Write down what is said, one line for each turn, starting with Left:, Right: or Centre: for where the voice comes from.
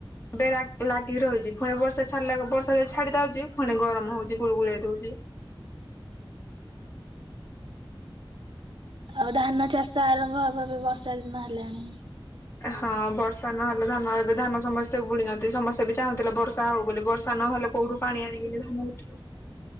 Left: ବେରା ଲାଗି ରହିଛି ପୁଣି ବର୍ଷା ଛାଡିଲା ବେଳକୁ ବର୍ଷା ଯା ଛାଡି ଦଉଛି, ପୁଣି ଗରମ ହଉଛି ଗୁଳଗୁଳି ଦଉଛି।
Right: ଆଉ ଧାନ ଚାଷ ଆରମ୍ଭ ହବ ବି ବର୍ଷା ଦିନ ହେଲାଣି।
Left: ହଁ! ବର୍ଷା ନହେଲେ ଧାନ ଏବେ ଧାନ ସମସ୍ତେ ବୁଣିଛନ୍ତି। ସମସ୍ତେ ବି ଚାହୁଁଥିଲେ, ବର୍ଷା ହଉ ବୋଲି ବର୍ଷା ନହଲେ କଉଠୁ ପାଣି ଆଣିକି ଦେବେ ତମଠ